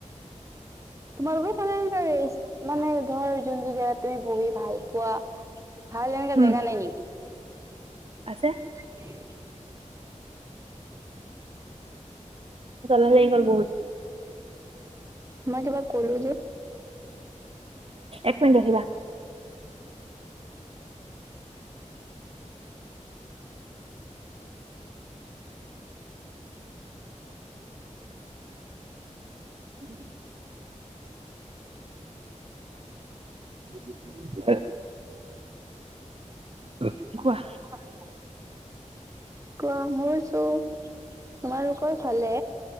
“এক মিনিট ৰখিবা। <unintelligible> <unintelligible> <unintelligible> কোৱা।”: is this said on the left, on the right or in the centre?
Right